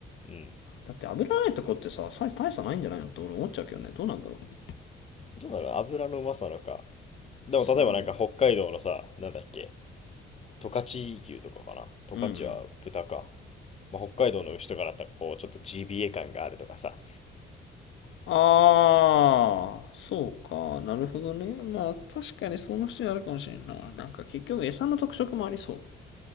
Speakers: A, on the left; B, on the left.
A: うん。
B: だって油ないとこってさ、さ大差ないんじゃないのって俺思っちゃうけどね。どうなんだろう。
A: どうなの油のうまさなのか、でも例えばなんか北海道のさ、
B: そう。
A: なんだっけ、十勝牛とかかな。十勝は豚か。
B: うんうん。
A: まあ、北海道の牛とかだったらこう、ちょっと GBA 感があるとかさ。
B: ああ、そうか。なるほどね。まあ確かにそんな人になるかもしれんな。なんか結局餌の特色もありそう。